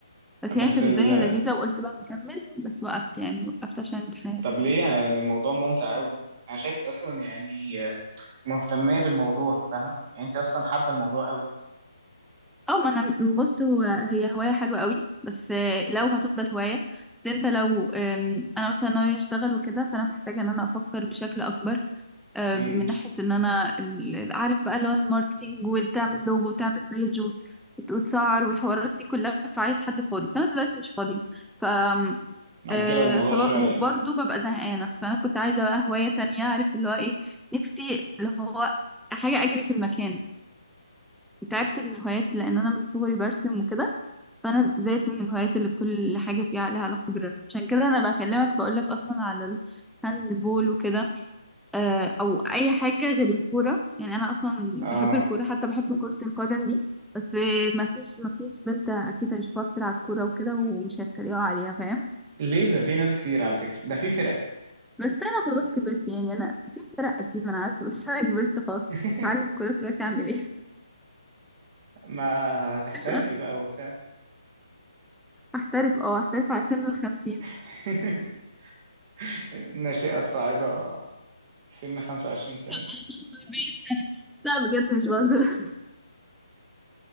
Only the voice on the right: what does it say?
بس
ال
طب ليه يعني الموضوع ممتع قوي انا شايفك اصلا يعني مهتمه بالموضوع فاهمه يعني انت اصلا حابه الموضوع قوي
امم
مأجله
الموضوع
شويه
يعني
اه
ليه ده في ناس كتير على فكره ده في فرق
<laughs>
ما هتحترفي
بقى وبتاع
<laughs> الناشئه الصاعده في سن 25 سنه